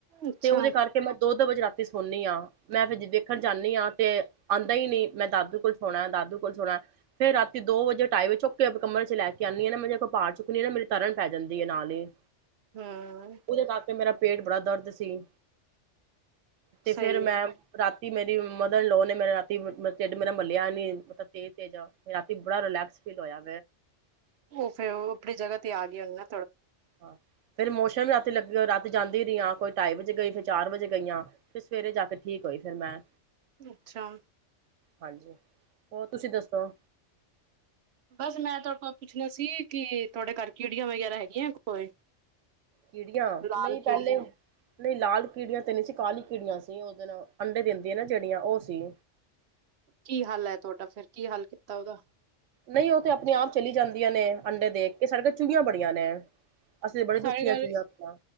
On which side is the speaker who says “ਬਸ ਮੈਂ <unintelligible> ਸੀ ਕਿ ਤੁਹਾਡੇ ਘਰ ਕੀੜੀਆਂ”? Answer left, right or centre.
Right